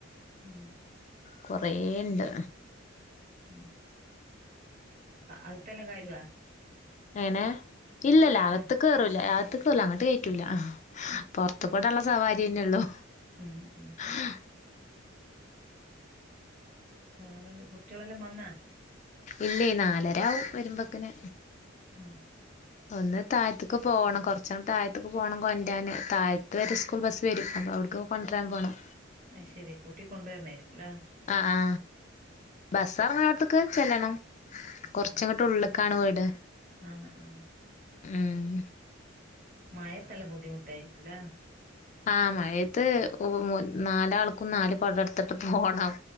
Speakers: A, on the right (about 40°); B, on the left (about 35°).
A: മ്
B: കൊറെണ്ട്
A: ഉം അത്തെല്ലാം കാര്വാ
B: എങ്ങനെഇല്ല ല്ലാ
A: കാര്യവാ
B: അകത്തക്ക് കേറുല്ല അകത്തക്ക്ല്ല അങ്ങോട്ട് കയറ്റൂല്ല
A: ഉം
B: പുറത്ത് ഇവിടെള്ള സവാരിന്നെള്ളൂ
A: മ് മ്
B: ആഹ്
A: വേറെന്ത് കുട്ടികളെല്ലാം വന്നാ?
B: ഇല്ലേ നാലരവും വരുമ്പോക്കിന്
A: മ്
B: ഒന്ന് താഴത്ത് ക്ക് പോകണം കുറച്ണ്ട് താഴത്തേക്ക് പോകണം കൊണ്ടാന് താഴത്ത് വരെ സ്കൂൾ ബസ്സ് വരും അപ്പോൾ അവിടുക്ക് കൊണ്ടരാൻ പോണം
A: അയ് ശരികൂട്ടി കൊണ്ട് വന്നതായിരിക്കുംലെ
B: ആ ആ ബസ്സ് ഇറങ്ങനോട്ത് ക്ക് ചെല്ലണം. കൊറച്ചങ്ങോട്ട്
A: ഉം
B: ഉള്ളക്ക- കാണു വീട്
A: ആഹ് ആ ആഹ
B: ഉം
A: മഴത്തെല്ലാം ബുദ്ധിമുട്ടായിരിക്കൂലെ
B: ആ മഴയത്ത് നാലാൾക്കും നാല് കൊടടുത്തിട്ട് പോണം